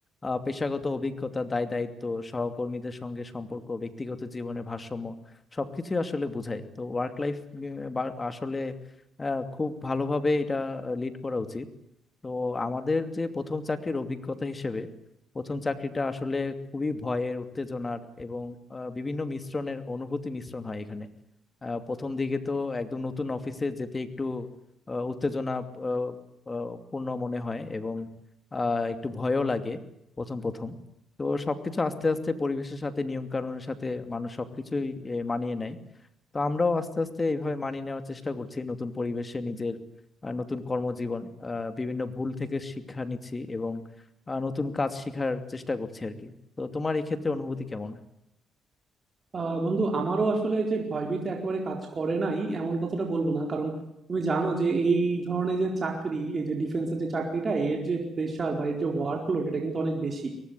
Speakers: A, on the left; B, on the right.
A: আহ, পেশাগত অভিজ্ঞতা দায় দায়িত্ব সহকর্মীদের সঙ্গে সম্পর্ক ব্যক্তিগত জীবনের ভারসাম্য সবকিছুই আসলে বোঝায় তো ওয়ার্ক লাইফ আসলে আহ, খুব ভালোভাবে এটা লিড করা উচিত তো আমাদের যে প্রথম চাকরির অভিজ্ঞতা হিসেবে প্রথম চাকরিটা আসলে খুবই ভয়ের উত্তেজনার এবং আহ, বিভিন্ন মিশ্রণের অনুভূতি মিশ্রণ হয় এখানে আহ, প্রথম দিকে তো একদম নতুন অফিসে যেতে একটু আহ, উত্তেজনা আহ, আহ, পূর্ণ মনে হয় এবং আহ, একটু ভয়ও লাগে প্রথম প্রথম তো সবকিছু আস্তে আস্তে পরিবেশের সাথে নিয়ম কানুনের সাথে মানুষ সবকিছুই এ, মানিয়ে নেয় তো আমরাও আস্তে আস্তে এইভাবে মানিয়ে নেওয়ার চেষ্টা করছি নতুন পরিবেশে নিজের আহ, নতুন কর্মজীবন আহ, বিভিন্ন ভুল থেকে শিক্ষা নিচ্ছি এবং আহ, নতুন কাজ শেখার চেষ্টা করছি আর কি তো তোমার এই ক্ষেত্রে অনুভূতি কেমন
B: আহ, বন্ধু আমারও আসলে যে ভয়ভীতি একেবারে কাজ করে নাই এমন কথাটা বলবো না কারণ তুমি জানো যে এই ধরনের যে চাকরি এই যে ডিফেন্সের যে চাকরিটা এর যে প্রেশার বা এর যে ওয়ার্কলোড এটা কিন্তু অনেক বেশি